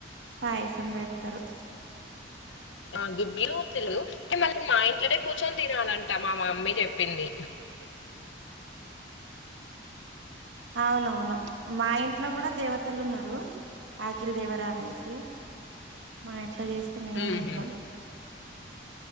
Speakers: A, on the right; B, on the left.
A: పాయసం బేడ్కరు
B: ఆ గుగ్గిలుతుదు మళ మా ఇంట్లోనే కూర్చొని తినాలంట మా మమ్మీ చెప్పింది
A: అవునవును మా ఇంట్లో కూడా దేవతలు ఉన్నారు ఆకిల్ దేవరా అనేసి మా ఇట్ చేస్తే మేమే
B: ఉహు.
A: చంచాం